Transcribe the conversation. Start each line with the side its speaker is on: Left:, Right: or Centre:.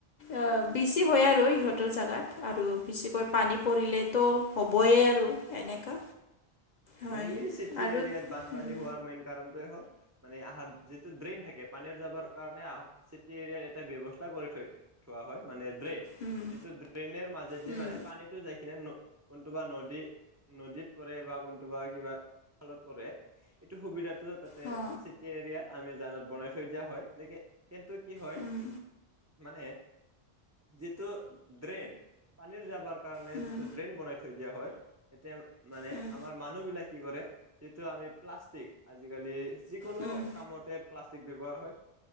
Left: অ'- বেছি হয় আৰু ইহঁতৰ জাগাত। আৰু বেছিকৈ
Right: হয়
Left: পানী পৰিলেতো হ'বই আৰু এনেকুৱা
Right: হয় হয়
Left: হয়।
Right: মেইনলি চিটি
Left: আৰু
Right: এৰিয়াত
Left: উম
Right: বানপানী হোৱাৰ মেইন কাৰণটোৱে হ'ল মানে আহাত যিটো ড্ৰেইন থাকে, পানীৰ যাবৰ কাৰণে আহ- চিটি এৰিয়াত এটা ব্যৱস্থা কৰি থয় থোৱা হয় মানে ড্ৰেইন।
Left: উম,
Right: যিটো ড্ৰেইনেৰ মাজেদি
Left: উম,
Right: মানে পানীটো যাই কিনে ন- কোনটোবা নদী নদীত পৰে বা কোনটোবা কিবা খালত পৰে, এইটো সুবিধাটো তাতে
Left: অ,
Right: চি টি এৰিয়াত আমি জানাত বনাই থৈ দিয়া হয়। লেকে- কিন্তু কি হয়,
Left: উম,
Right: মানে যিটো ড্ৰেইন, পানীৰ যাবাৰ কাৰণে
Left: উম,
Right: যিটো ড্ৰেইন বনাই থৈ দিয়া হয় এতিয়া মানে
Left: উম,
Right: আমাৰ মানুহবিলাক কি কৰে, যিটো আমি প্লাষ্টিক আজিকালি যিকোনো
Left: উম,
Right: কামতে প্লাষ্টিক ব্যৱহাৰ হয়।